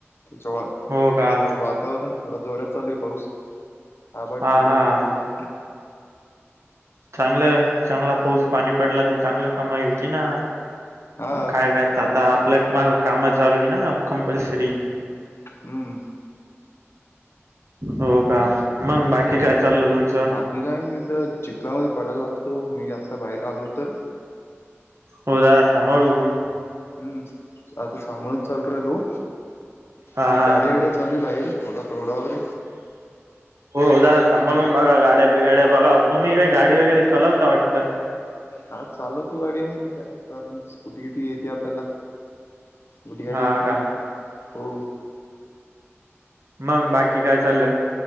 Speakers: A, on the left; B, on the right.
A: त्याच्यावर
B: हो का?
A: थोडं वा वातावरण थोडा जोरात चालूय पाऊस आबाट
B: हां,
A: खूप
B: हां.
A: येल त्याच्यामु
B: चांगलं चांगला पाऊस पाणी पडला तर चांगलं कमाई होती ना
A: हा
B: काय क आता आपल्या काम चालू आहे ना कंपल्सरी
A: हम्म
B: हो का मग बाकी काय चालय तुम
A: बाकी काय नी म तर चिखल पडायला आलतो मी आता बाहेर आलो तर
B: होया सांभाळून
A: हम आता सांभाळ चल्यारो
B: हां,
A: ती
B: हां.
A: गाडी येडा चाली बाहेर थोडा तोडावर
B: हो जदा सांभाळून बघा गाड्या बिगाड्या बघा तुम्ही काय गाडी वगैरेचालवता वाटतं
A: हा चालव तो गाडी आम्ही कायतो आपण स्कुटी किटी येते आपल्याला मोठी गाडी
B: हा
A: येत नाही
B: का
A: हो
B: मंग बाकी काय चाललंय